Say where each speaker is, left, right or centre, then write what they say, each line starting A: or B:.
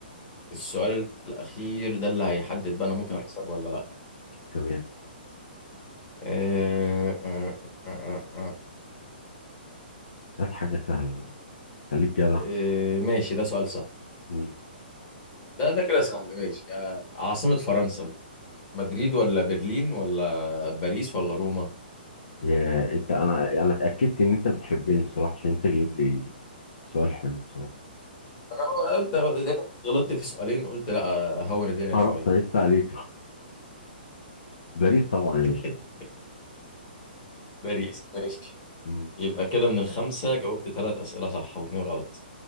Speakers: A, on the left; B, on the left.
A: السؤال الاخير ده اللي هيحدد بقى انا ممكن اكسب ولا لا
B: تمام
A: آه آه آه آه آه آه.
B: هات حاجة سهلة بقى خليك جدع
A: آه، ماشي ده سؤال سهل
B: مم.
A: ده ده كده سهل ماشي آه عاصمه فرنسا مدريد ولا برلين ولا باريس ولا روما
B: يا انت انا انا اتاكدت ان انت بتحبني بصراحه عشان انت جايب لي سؤال حلو بصراحه
A: انا قلت غلطت في سؤالين قلت لا هون الدنيا
B: هرب
A: شويه
B: طيبت عليك باريس طبعا يا
A: <laughs>
B: باشا
A: باريس ماشي
B: مم.
A: يبقى كده من الخمسة جاوبت ثلاث أسئلة صح واتنين غلط